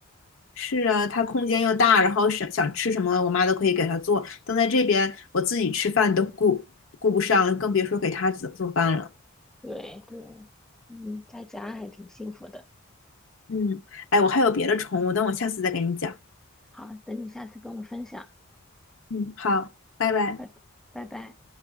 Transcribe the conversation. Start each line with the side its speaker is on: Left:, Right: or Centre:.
Left: 是啊，它空间又大，然后想想吃什么，我妈都可以给它做。但在这边，我自己吃饭都顾顾不上，更别说给它做做饭了。
Centre: 对对，嗯，在家还挺幸福的。
Left: 嗯，哎，我还有别的宠物，等我下次再跟你讲。
Centre: 好，等你下次跟我分享，
Left: 嗯，好，拜拜。
Centre: 拜拜拜。